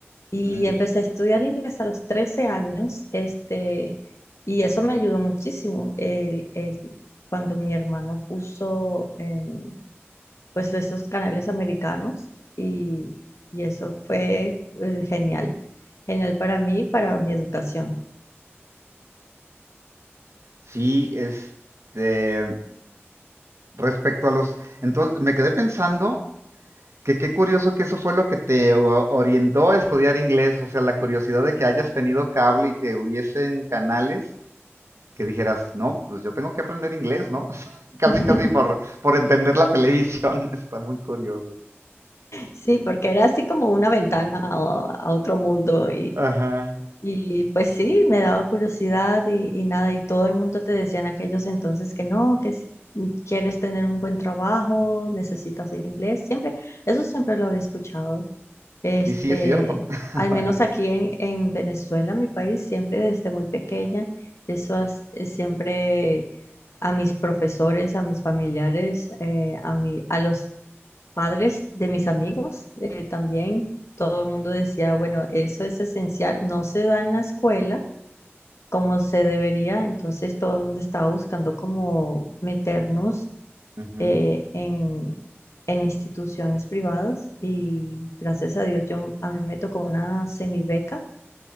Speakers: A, on the left; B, on the right.
A: y
B: Mm.
A: empecé a estudiar inglés a los trece años, este, y eso me ayudó muchísimo. El, el- cuando mi hermano puso em, pues estos canales americanos y, y eso fue eh, genial, genial para mí, para mi educación.
B: Sí, este, respecto a los, entonces me quedé pensando que qué curioso que eso fue lo que te o- orientó a estudiar inglés, o sea, la curiosidad de que hayas tenido cable y que hubiesen canales que dijeras, no, pues yo tengo que aprender inglés, ¿no? <laughs> Casi,
A: <laughs>
B: casi por, por entender la televisión, <laughs> está muy curioso.
A: Sí, porque era así como una ventana a, a otro mundo
B: Ajá.
A: Y pues sí, me daba curiosidad y, y nada, y todo el mundo te decía en aquellos entonces que no, que si quieres tener un buen trabajo, necesitas inglés, siempre, eso siempre lo había escuchado. Este,
B: Y sí, es cierto. <laughs>
A: al menos aquí en, en Venezuela, mi país, siempre desde muy pequeña, eso has- eh, siempre a mis profesores, a mis familiares, eh, a mi, a los padres de mis amigos eh, también, todo el mundo decía, bueno, eso es esencial, no se da en la escuela como se debería, entonces todo el mundo estaba buscando como meternos
B: Ujú.
A: eh, en, en instituciones privadas y gracias a Dios yo, a mí me tocó una semibeca